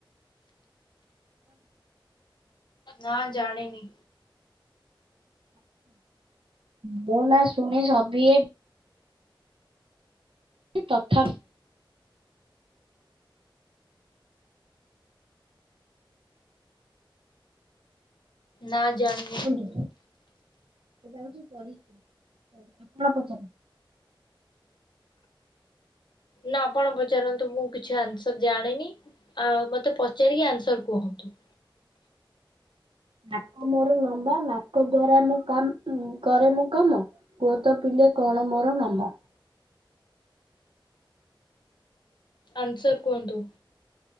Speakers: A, on the left; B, on the right.
A: ନା ଜାଣିନି।
B: ମୋ ନା ଶୁଣି ସଭିଏ ତଥାପି
A: ନା ଜାଣିନି।
B: ସେଟା ହଉଛି ପରୀକ୍ଷା ଆପଣ ପଚାରନ୍ତୁ।
A: ନା ଆପଣ ପଚାରନ୍ତୁ ମୁଁ କିଛି ଆନ୍ସର ଜାଣିନି। ଆଉ ମୋତେ ପଚାରିକି ଆନ୍ସର କୁହନ୍ତୁ।
B: ନାକ ମୋର ଲମ୍ବା ନାକ ନାକ ଦ୍ଵାରା ମୁଁ କାମ କରେ ମୁଁ କାମ କୁହ ତ ପିିଲେ କଣ ମୋର ନାମ?
A: ଆନ୍ସର କୁହନ୍ତୁ।